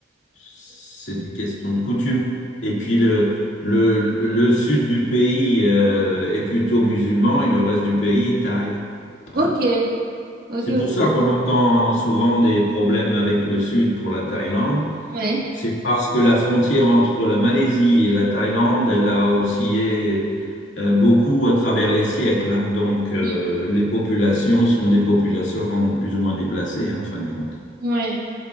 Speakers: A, on the left; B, on the right.
A: c'est des questions de coutume. Et puis, le, le, le sud du pays euh, est plutôt musulman et le reste du pays est thaï.
B: Ok,
A: hein.
B: ok,
A: C'est
B: ok.
A: pour ça qu'on entend souvent des problèmes avec le sud pour la Thaïlande.
B: Ouais.
A: C'est parce que la frontière entre la Malaisie et la Thaïlande, elle a oscillé euh, beaucoup à travers les siècles. hein. Donc, euh,
B: Mm.
A: les populations sont des populations plus ou moins déplacées, hein, en fin de compte.
B: Ouais.